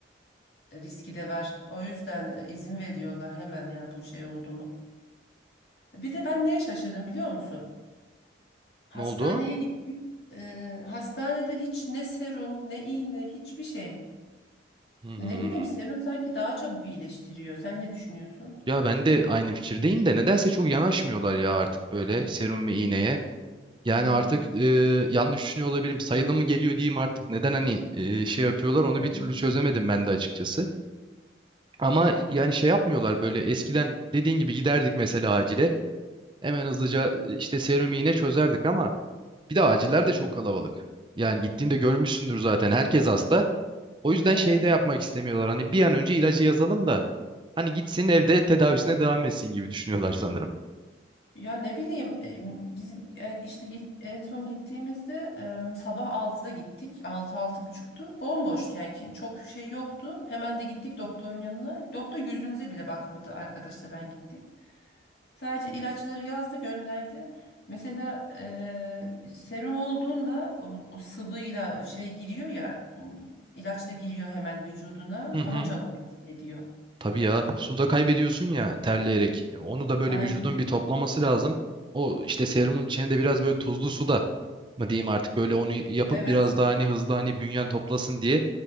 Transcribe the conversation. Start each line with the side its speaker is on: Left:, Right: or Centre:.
Left: Riski de var. O yüzden izin veriyorlar hemen yani bu şey oldu mu. Bir de ben neye şaşırdım biliyor musun? Hastaneye
Right: Ne oldu?
Left: gittik. Eee, hastanede hiç ne serum ne iğne hiçbir şey.
Right: Hmm.
Left: Ne bileyim serum sanki daha çabuk iyileştiriyor. Sen ne düşünüyorsun?
Right: Ya ben de aynı fikirdeyim de nedense çok yanaşmıyorlar ya artık böyle serum ve iğneye. Yani
Left: Hmm.
Right: artık e, yanlış düşünüyor olabilirim. Sayılı mı geliyor diyeyim artık. Neden hani e, şey yapıyorlar onu
Left: Evet.
Right: bir türlü çözemedim ben de açıkçası. Ama yani şey yapmıyorlar böyle eskiden dediğin gibi giderdik mesela acile. Hemen hızlıca e, işte serum iğne çözerdik ama bir de aciller de çok kalabalık. Yani gittiğinde görmüşsündür zaten herkes hasta. O yüzden
Left: Evet.
Right: şey de yapmak istemiyorlar. Hani bir an önce ilacı yazalım da Hani gitsin evde tedavisine devam etsin gibi düşünüyorlar sanırım.
Left: Ya ne bileyim e, biz e, işte gi- en son gittiğimizde e, sabah altıda gittik. altı altı buçuktu. Bomboştu yani kim- çok şey yoktu. Hemen de gittik doktorun yanına. Doktor yüzümüze bile bakmadı arkadaşla ben gittik. Sadece ilaçları yazdı gönderdi. Mesela e, serum olduğunda o, o sıvıyla şey giriyor ya m, ilaç da giriyor hemen vücuduna
Right: Hı hı.
Left: daha çabuk etki ediyor.
Right: Tabii ya suda kaybediyorsun ya terleyerek. Onu da böyle
Left: Aynen.
Right: vücudun bir toplaması lazım. O işte serumun içine de biraz böyle tuzlu suda mı diyeyim artık böyle onu yapıp
Left: Evet.
Right: biraz daha hani hızlı hani bünyen toplasın diye